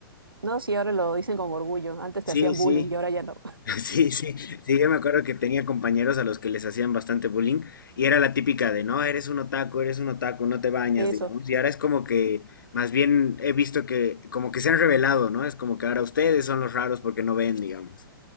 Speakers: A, on the right; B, on the left.
A: No, sí, ahora lo dicen con orgullo. Antes
B: Sí,
A: te hacían
B: sí.
A: bullying y ahora ya no.
B: <laughs> Sí, sí, sí, yo me acuerdo que tenía compañeros a los que les hacían bastante bullying y era la típica de, no, eres un otaku, eres un otaku, no te bañas,
A: <laughs> Eso,
B: digamos, y ahora es como que, más bien he visto que, como que se han revelado, ¿no? Es como que ahora ustedes son los raros porque no ven, digamos.